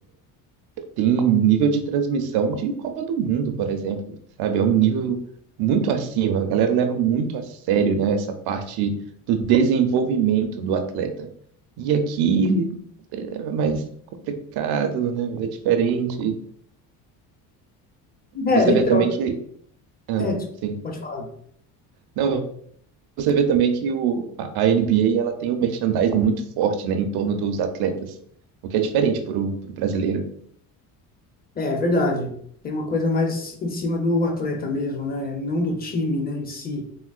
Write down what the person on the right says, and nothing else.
tem nível de transmissão de Copa do Mundo, por exemplo, sabe? É um nível muito acima. A galera leva muito a sério, né, essa parte do desenvolvimento do atleta. E aqui é é mais complicado, né? É diferente. Você
vê também que, ah,
sim.
Não, você vê também que o, a, a NBA ela tem um merchandising muito forte, né, em torno dos atletas, o que é diferente para o brasileiro.